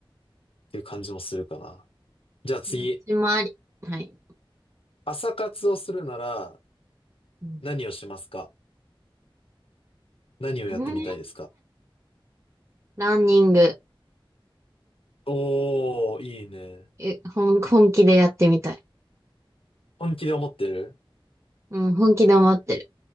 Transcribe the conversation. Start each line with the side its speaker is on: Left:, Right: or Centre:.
Left: っていう感じもするかな。じゃあ次、
Right: どっちもあり。はい。
Left: 朝活をするなら、
Right: うん。
Left: 何をしますか何をやってみたいですか
Right: ねえランニング。
Left: おー、いいね。
Right: え、本、本気でやってみたい。
Left: 本気で思ってる
Right: うん、本気で思ってる。